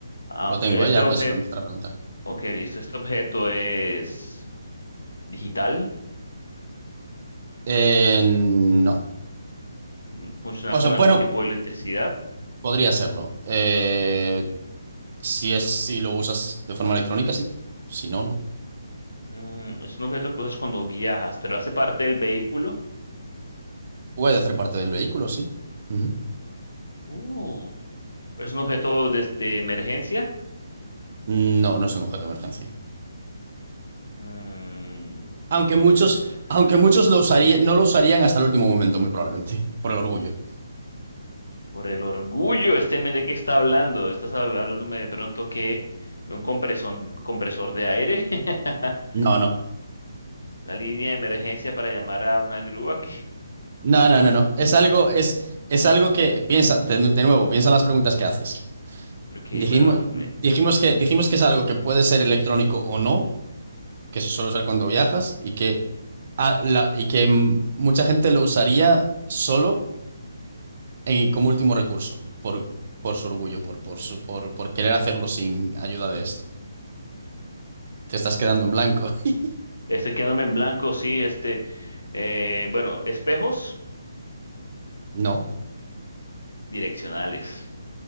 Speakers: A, on the left; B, on the right.
A: ah,
B: Lo tengo,
A: este
B: ¿eh? Ya
A: objeto,
B: puedes empezar a preguntar.
A: ok, listo, este objeto es digital,
B: Eh, no.
A: mm, funciona
B: O
A: con
B: sea, bueno,
A: algún tipo de electricidad.
B: podría serlo. Eh, si es, si lo usas de forma electrónica, sí. Si no, no.
A: Mm, es un objeto que usas cuando viajas, pero hace parte del vehículo.
B: Puede hacer parte del vehículo, sí. Ujú.
A: Uh, es un objeto de, de emergencia.
B: No, no es un objeto de emergencia.
A: Mm, ¿qué
B: Aunque
A: puede
B: muchos,
A: ser?
B: aunque muchos lo usaría- no lo usarían hasta el último momento, muy probablemente, por el orgullo.
A: Por el orgullo, este men de qué está hablando. Estás hab- hablándome de pronto que de un compresor, compresor de aire, <laughs>
B: No, no,
A: la línea de emergencia para llamar a una grúa. <laughs>
B: no, no, no, no.
A: Que,
B: Es
A: no,
B: algo, es,
A: que-
B: es algo que piensa, de, nu- de nuevo, piensa en las preguntas que haces.
A: ok,
B: Dijimos,
A: bueno, me-
B: dijimos que, dijimos que es algo que puede ser electrónico o no, que se suele usar cuando viajas y que, a- la- y que mm, mucha gente lo usaría solo en- como último recurso, por, por su orgullo, por, por su, por, por querer hacerlo sin ayuda de esto. Te estás quedando en blanco. <laughs>
A: estoy quedándome en blanco, sí, este, eh, bueno, espejos
B: No,
A: direccionales.